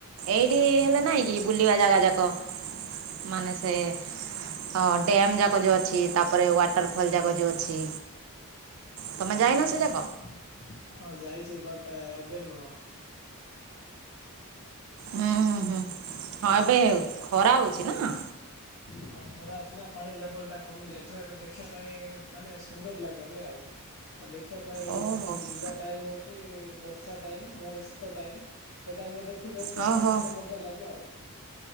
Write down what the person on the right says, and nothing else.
ଏଇଠି ହେଲେ ନାହିଁ କି ବୁଲିବା ଜାଗା ଯାକ ମାନେ ସେ ହଁ ଡ୍ୟମ୍ ଯାକ ଯେଉଁ ଅଛି ତାପରେ ୱାଟରଫଲ୍ ଯାକ ଯେଉଁ ଅଛି। ତମେ
ଯାଇନ ସେ ଯାକ?
ଉୁଁ ହୁଁ ହୁଁ ହଁ ଏବେ ଖରା ହଉଛି ନା।
ଓହୋ ହୋ
ଓହୋ